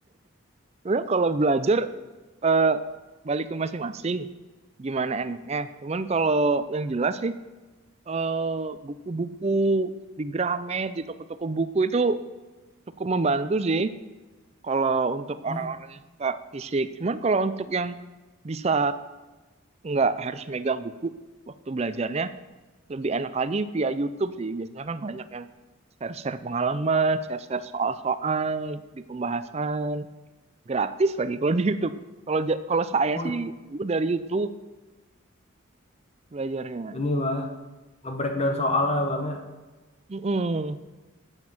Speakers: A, on the right; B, on the left.
A: Sebenarnya kalau belajar eh, balik ke masing-masing, gimana enaknya. Cuman kalau yang jelas sih eh, buku-buku di Gramet, di toko-toko buku itu cukup membantu sih kalau untuk
B: Hmm,
A: orang-orang yang suka fisik. Cuman kalau untuk yang bisa nggak harus megang buku waktu belajarnya, lebih enak lagi via YouTube sih. Biasanya kan banyak yang share-share pengalaman, share-share soal-soal di pembahasan, gratis lagi kalau di YouTube. Kalau ja- kalau saya
B: oh
A: sih dulu dari YouTube belajarnya.
B: ini Bang ya, nge-breakdown soalnya Bang ya.
A: Mm-mm.